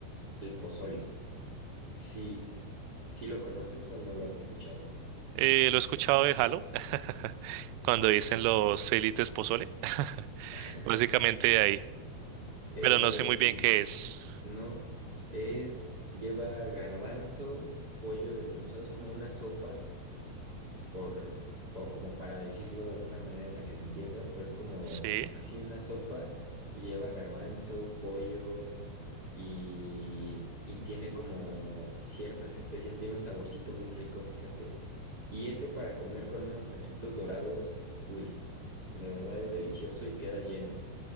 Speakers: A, on the right; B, on the right.
A: el pozole. Si, si lo conoces o no lo has escuchado.
B: Eh, lo he escuchado de Halo, <laughs> cuando dicen los élites pozole. <laughs>
A: <laughs>
B: Básicamente de ahí.
A: Eh,
B: Pero no sé muy
A: y
B: bien qué es.
A: no, es, lleva garbanzo, pollo desmenuzado, es como una sopa, por, po- como para decirlo de alguna manera en la que la entiendas, pero es como,
B: Sí,
A: pues sí, una sopa y lleva garbanzo, pollo. y, y tiene como ciertas especies, tiene un saborcito muy rico, fíjate. Y ese para comer con unos taquitos dorados, uy, de verdad es delicioso y queda lleno.